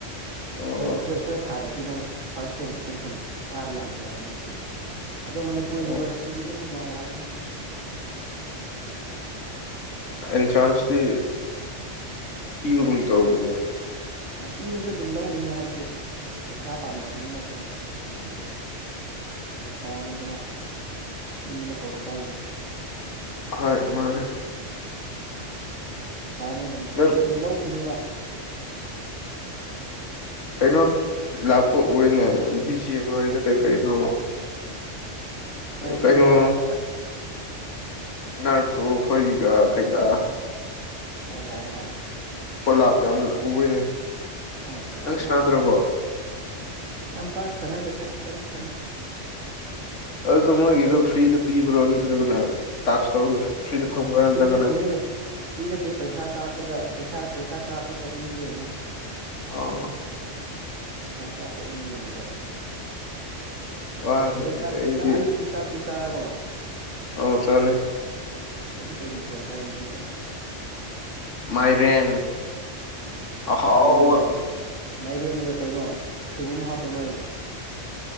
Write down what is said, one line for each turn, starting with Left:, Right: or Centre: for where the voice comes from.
Left: ꯑꯣ
Right: ꯑꯩꯣꯏ ꯑꯩꯣꯏ ꯑꯩꯣꯏ ꯊꯥꯗ꯭ꯔꯗꯤ ꯅꯪ ꯐꯥꯔꯁ ꯁꯦꯝꯁꯤ ꯀꯦꯟꯁꯦꯜ ꯀꯥꯕ ꯌꯥꯗ꯭ꯔꯦꯕ ꯅꯠꯇꯦ ꯑꯗꯣ ꯃꯅꯤꯄꯨꯔ
Left: ꯑꯣ
Right: ꯌꯨꯅꯤꯚꯔꯁꯤꯇꯤꯗꯨꯗꯤ ꯑꯃꯨꯛ ꯌꯥꯏ ꯍꯥꯏꯕꯅꯤꯅ
Left: ꯑꯦꯟꯇ꯭ꯔꯥꯟꯁꯇꯤ ꯄꯤꯕꯒꯨꯝ ꯇꯧꯕꯅꯦ
Right: ꯄꯤꯔꯁꯨ ꯑꯗꯨꯝ ꯂꯧꯅꯤꯅꯦ ꯍꯥꯏꯕꯗꯤ ꯄꯩꯁꯥ ꯄꯥꯝꯅꯕꯅꯤꯅꯀꯣ ꯍꯥꯏꯕꯗꯤ ꯄꯩꯁꯥꯅꯤꯗꯅ ꯃꯤ ꯑꯃ ꯀꯧꯔꯛꯄ ꯍꯥꯏꯁꯦ
Left: ꯍ ꯃꯥꯅꯦꯗ
Right: ꯑꯗꯨꯒꯤ ꯄꯩꯁꯥꯅ ꯑꯗꯨꯝ
Left: ꯅꯪ
Right: ꯑꯗꯨꯝ ꯂꯧꯈꯤꯅꯦꯕ
Left: ꯀꯩꯅꯣ ꯂꯥꯛꯄ ꯎꯅꯦ ꯕꯤ ꯖꯤꯦ ꯑꯃꯔꯤꯗ ꯀꯩ ꯀꯩꯅꯣ
Right: ꯍꯣꯏ ꯈꯔ
Left: ꯀꯩꯅꯣ
Right: ꯂꯥꯛꯑꯦ ꯍꯟꯗ
Left: ꯅꯔ ꯇꯨ ꯈꯣꯏꯒꯤꯒ ꯀꯩꯀ
Right: ꯍ ꯂꯑ ꯂꯥꯛ
Left: ꯀꯣꯂꯥꯞ ꯌꯥꯝꯅ ꯎꯏꯅꯦ
Right: ꯍꯣꯏ
Left: ꯅꯪ
Right: ꯂꯥꯛꯑꯦ
Left: ꯁꯅꯥꯗ꯭ꯔꯕꯣ
Right: ꯍꯟꯗꯛꯈ꯭ꯔꯦ ꯑ ꯌꯥꯝ ꯄꯥꯛ ꯁꯅꯗꯦꯗ ꯈꯤꯇꯪ ꯈꯤꯇꯪ
Left: ꯑꯗꯨꯗ ꯃꯣꯏꯒꯤꯗꯣ ꯐ꯭ꯔꯤꯗ ꯄꯤꯕ꯭ꯔꯣ ꯅꯠꯇ꯭ꯔꯒꯅꯦ ꯇ ꯇꯧ ꯐ꯭ꯔꯤꯗ ꯐꯪꯕ ꯌꯥꯖ
Right: ꯐ꯭ꯔꯤ ꯅꯠꯇꯦꯍꯦ ꯐ꯭ꯔꯤ ꯅꯠꯇꯦ ꯄꯩꯁꯥ ꯀꯥꯞꯄꯒ ꯄꯩꯁꯥ ꯄꯩꯁꯥ ꯀꯥꯞꯄꯒ ꯎꯪꯗꯣꯏꯅꯦ
Left: ꯑꯥ
Right: ꯄꯩꯁꯥ ꯀꯥꯞꯄ ꯎꯪꯗꯣꯏꯅꯦꯕ
Left: ꯋꯥꯒꯅꯤ
Right: ꯑꯗꯣ ꯆꯥꯛ
Left: ꯑꯩꯗꯤ
Right: ꯅꯪ ꯑꯌꯨꯛꯀꯤ ꯆꯥꯛꯇꯤ ꯆꯥꯔꯕꯣ
Left: ꯑꯥꯎ ꯁꯔꯦ
Right: ꯑꯗꯨꯏꯗꯤ ꯀꯩ ꯃꯊꯦꯜ ꯆꯥꯏꯔꯤꯅ ꯁꯤꯗꯤꯦ
Left: ꯃꯥꯏꯔꯦꯟ ꯑꯍꯥꯎꯕ
Right: ꯃꯥꯏꯔꯦꯟꯒ ꯀꯔꯤ ꯃꯥꯏꯔꯦꯟꯒ ꯀꯩꯅꯣ ꯁꯣꯏꯕꯨꯝ ꯍꯥꯞꯄ꯭ꯔꯣꯅꯣ ꯑꯩꯗꯣ